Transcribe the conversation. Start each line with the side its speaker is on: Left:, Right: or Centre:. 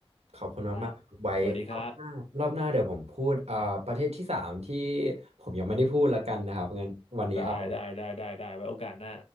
Right: ขอบคุณมากๆครับไว้รอบหน้ารอบหน้าเดี๋ยวผมพูดเอ่อประเทศที่สามที่
Left: ครับสวัสดีครับ
Right: ผมยังไม่ได้พูดละกันนะครับงั้นวันนี้เอา
Left: ได้ได้ได้ได้ได้ไว้โอกาสหน้า